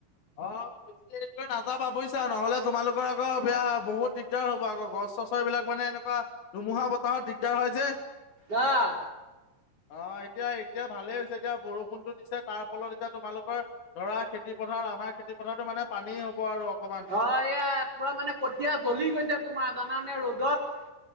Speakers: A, on the left; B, on the right.
A: অ বেছি হেৰী কৰি নাযাবা বুয়িছা নহ'লে তোমালোকৰ আকৌ বেয়া বহুত দিগদাৰ হ আকৌ গছ চছৰ এই বিলাক মানে এনেকুৱা ধুমুহা বতাহত দিগদাৰ হয় যে
B: আহ
A: অ এতিয়া এতিয়া ভালেই হৈছে দিয়া বৰষুণটো দিছে তাৰ ফলত এতিয়া তোমালোকৰ ধৰা খেতি খেতিপথাৰ আমাৰ খেতিপথাৰটো মানে পানী হ'ব আৰু অকমান
B: অ এয়া পুৰা মানে কঠিয়া জ্বলি গৈছে তোমাৰ জানানে ৰ'দত